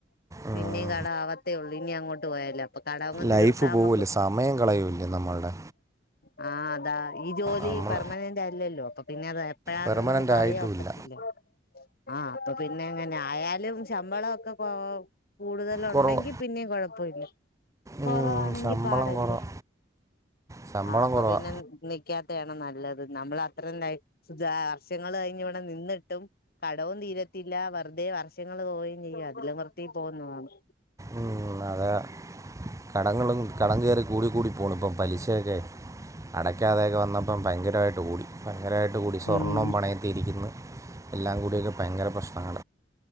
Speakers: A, on the right; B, on the left.
A: ഉം.
B: പിന്നേം കടം ആവത്തേ ഉള്ളു ഇനി അങ്ങോട്ട് വിട്ട്പോയാലോ ഇപ്പൊ കടങ്ങ്
A: ലൈഫ്
B: തീർത്താ ഞമ്മക്ക്
A: പോവില്ല സമയം കളയൂല്ലേ നമ്മളുടെ
B: <inaudible> ആഹ് അതാ ഈ ജോലി
A: നമ്മൾ
B: പെർമനന്റ് അല്ലല്ലോ അ പിന്നെ അത് എപ്പഴാന്ന
A: പെർമനൻ്റ്
B: നമുക്ക് അറിയോ?
A: ആയിട്ടുമില്ല
B: ഒക്കത്തില്ല. ആ അപ്പ പിന്നെ അങ്ങനായാൽ ല്ലേലും ശമ്പളക്കെ കൊ കൂടുതലുണ്ടെങ്കി
A: കുറവ്
B: പിന്നെയും കുഴപ്പമില്ല കുറവാണെങ്കി
A: ഉം, ശമ്പളം
B: പാടല്ലേ
A: കുറവാ ശമ്പളം
B: ആ അപ്പൊ
A: കുറവാ
B: പിന്നെ നിക്കാത്തെയാണ് നല്ലത് നമ്മൾ അത്ര <unintelligible> വർഷങ്ങൾ കഴിഞ്ഞ് ഇവി നിന്നിട്ടും കടവും തീരത്തില്ല വെറുതെ വർ ഷങ്ങൾ പോകയും ചെയ്യും അതിലും നിർത്തി പോകന്നതാണ്
A: ഉം, അതെ കടങ്ങളും കടം കേറി കൂടി കൂടി പോണുപ്പം പലിശയൊക്കെ അടയ്ക്കാതെയൊക്കെ വന്നപ്പം ഭയങ്കരമായിട്ട് കൂടി ഭയങ്കരമായിട്ട് കൂടി. സ്വർണം
B: ഉം
A: പണയത്തിൽ ഇരിക്കുന്നു എല്ലാം കൂടിയ ഭയങ്കര പ്രശ്നങ്ങ